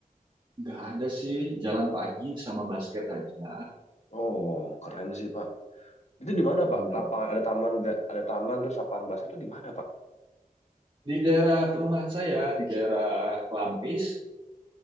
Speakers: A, on the right (about 30°); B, on the left (about 50°).
A: Nggak ada sih jalan pagi sama basket aja.
B: oh keren sih pak itu di mana
A: Iya.
B: pak lapangan ada taman ada taman terus lapangan basket itu di mana pak
A: Di daerah perumahan saya, di daerah Klampis,